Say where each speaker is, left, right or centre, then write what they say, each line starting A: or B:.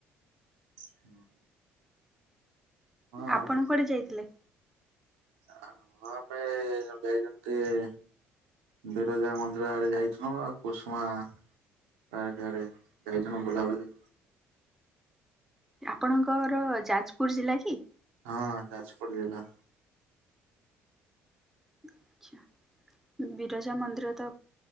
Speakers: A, on the right (about 85°); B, in the centre.
A: ହଁ ହଁ
B: ଆପଣ କୁଆଡେ ଯାଇଥିଲେ।
A: ହଁ ଆମେ ଯାଇଥିଲି ଟିକେ ବିରଜା ମନ୍ଦିର ଆଡେ ଯାଇଥିଲୁ ଆଉ କୁସୁମା। ତଡ଼ ସଆାରେ ଯାଇଛନ୍ ବୁଲାବୁଲି।
B: ଆପଣଙ୍କର ଯାଜପୁର ଜିଲ୍ଲା କି।
A: ହଁ ଯାଜପୁର ଜିଲ୍ଲା।
B: ଆଛା ବିରଜା ମନ୍ଦିର ତ